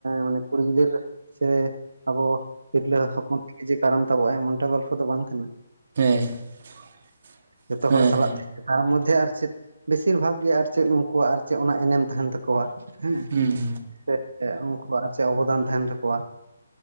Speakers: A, on the right; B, on the right.
A: ᱢᱟᱱᱮ ᱠᱩᱲᱤ ᱜᱤᱫᱟᱽᱹᱨ ᱥᱮ ᱟᱵᱚ ᱛᱤᱨᱞᱟᱹ ᱦᱚᱯᱚᱱ <inaudible> ᱠᱟᱨᱚᱱ ᱛᱟᱵᱚ ᱟᱭ ᱮᱢᱚᱱᱴᱟ ᱜᱚᱞᱯᱷᱚ ᱫᱚ ᱵᱟᱝ ᱠᱟᱱᱟ᱾
B: <unintelligible>
A: ᱡᱷᱚᱛᱚ
B: ᱦᱮᱸ
A: ᱦᱚᱲ ᱥᱟᱞᱟᱜ ᱛᱮ ᱛᱟᱨ ᱢᱚᱫᱽᱫᱷᱮ ᱟᱨ ᱪᱮᱫ ᱵᱮᱥᱤᱨ ᱵᱷᱟᱜᱽ ᱜᱮ ᱟᱨ ᱪᱮᱫ ᱩᱱᱠᱩᱣᱟᱜ ᱟᱨ ᱪᱮᱫ ᱚᱱᱟ ᱮᱱᱮᱢ ᱛᱟᱦᱮᱱ ᱛᱟᱠᱚᱣᱟ ᱦᱮᱸ,
B: ᱦᱩᱸ
A: ᱥᱮ ᱩᱱᱠᱩᱣᱟᱜ ᱟᱨ ᱪᱮᱫ ᱚᱵᱚᱫᱟᱱ ᱛᱟᱦᱮᱱ ᱛᱟᱠᱚᱣᱟ